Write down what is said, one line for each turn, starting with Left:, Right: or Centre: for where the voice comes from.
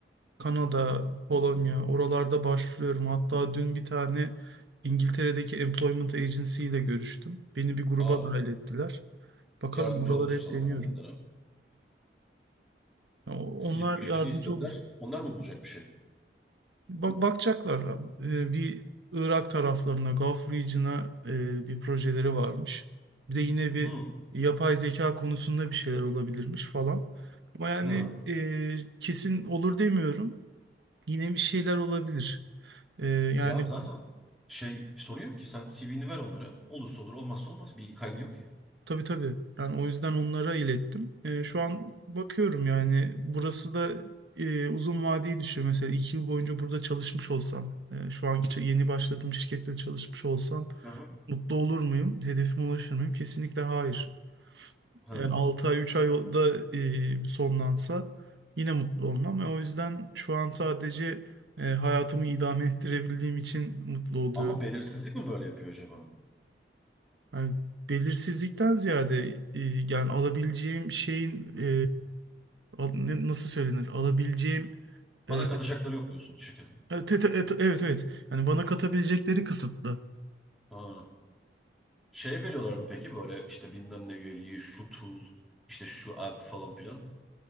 Right: Kanada, Polonya oralarda başvuruyorum. Hatta dün bir tane İngiltere'deki Employment Agency ile görüştüm. Beni bir gruba
Centre: Aa,
Right: dahil ettiler. Bakalım
Centre: yardımcı
Right: buralara
Centre: oluruz
Right: hep
Centre: sana
Right: deniyorum.
Centre: falan dediler ha.
Right: Ya o-
Centre: CV'ni
Right: Onlar yardımcı
Centre: istediler.
Right: olacak.
Centre: Onlar mı bulacak bir şey?
Right: Bak bakacaklar. Ee, bir Irak taraflarına, Gulf Region'a e, bir projeleri varmış. Bir de yine bir
Centre: Hmm.
Right: yapay zeka konusunda bir şeyler olabilirmiş falan. Ama yani
Centre: Hı.
Right: e, kesin olur demiyorum. Yine bir şeyler olabilir. E, yani
Centre: Ya zaten şey soruyor ki sen CV'ni ver onlara. Olursa olur, olmazsa olmaz. Bir kaymıyor ki.
Right: tabii tabii. Yani o yüzden onlara ilettim. E, şu an bakıyorum yani burası da e, uzun vadeyi düşün. Mesela iki yıl boyunca burada çalışmış olsam, e, şu anki ç- yeni başladığım şirkette çalışmış olsam
Centre: Hı hı.
Right: Mutlu olur muyum? Hedefime ulaşır mıyım? Kesinlikle hayır.
Centre: Hı.
Right: Yani 6 ay 3 ayda e, sonlansa yine mutlu olmam. ve o yüzden şu an sadece e, hayatımı idame ettirebildiğim için mutlu oluyorum.
Centre: Ama belirsizlik mi böyle yapıyor acaba?
Right: Yani belirsizlikten ziyade e, yani alabileceğim şeyin e, al- ne- nasıl söylenir? Alabileceğim
Centre: Bana
Right: e,
Centre: katacakları yok diyorsun şirketin.
Right: evet, evet evet. evet. Yani bana katabilecekleri kısıtlı.
Centre: Ha. Şeye veriyorlar mı peki böyle işte bilmem ne üyeliği, şu tool, işte şu app falan filan.